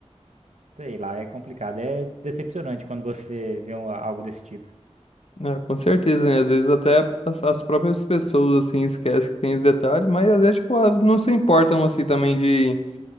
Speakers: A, on the right (about 80°); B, on the left (about 60°).
A: sei lá, é complicado, é decepcionante quando você vê um- algo desse tipo.
B: É, com certeza, né? Às vezes até as, as próprias pessoas, assim, esquecem que tem esse detalhe, mas às vezes, tipo, elas não se importam, assim, também de...